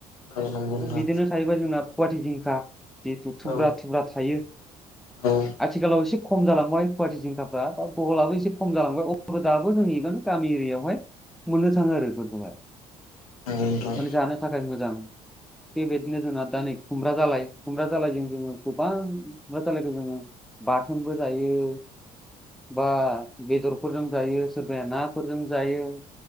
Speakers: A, on the left; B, in the centre.
A: औ नंगौ नोंथां
B: बिदिनो थायोबा जोंना पुवाटि जिंखा जिथु थुब्रा
A: औ
B: थुब्रा थायो।
A: औ
B: आथिखालाव एसे खम जालांबाय पुवाटि जिंखाफ्रा दा बहलाबो एसे खम जालांबाय अब्लाबो दाबो जोंनिजों गामि एरियायावहाय मोननो थाङो आरो बेफोरखौहाय।
A: नंगौ नोंथां
B: माने जानो थाखाय मोजां। बेबायदिनो जोंहा दा नै खुमब्रा जालाय खुमब्रा जालायजों जोङो गोबां खुमब्रा जालायखौ जोङो बाथोनबो जायो। बा बेदरफोरजों जायो सोरबाया नाफोरजों जायो।